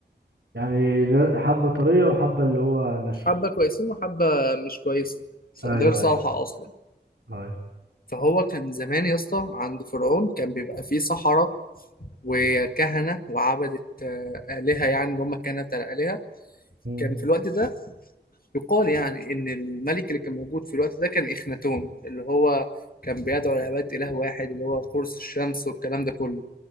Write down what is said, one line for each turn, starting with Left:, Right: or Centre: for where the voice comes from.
Right: يعني ن- حبة طرية وحبة اللي هو ناشفة
Left: حبة كويسين وحبة مش كويسة
Right: أيوه
Left: غير صالحة
Right: أيوه
Left: أصلا
Right: أيوه
Left: فهو كان زمان يا اسطى عند فرعون كان بيبقى فيه سحرة وكهنة وعبدة آه، آلهة يعني اللي هم الكهنة بتاع الآلهة
Right: مم.
Left: كان في الوقت ده يقال يعني إن الملك اللي كان موجود في الوقت ده كان إخناتون اللي هو كان بيدعو لعبادة إله واحد اللي هو قرص الشمس والكلام ده كله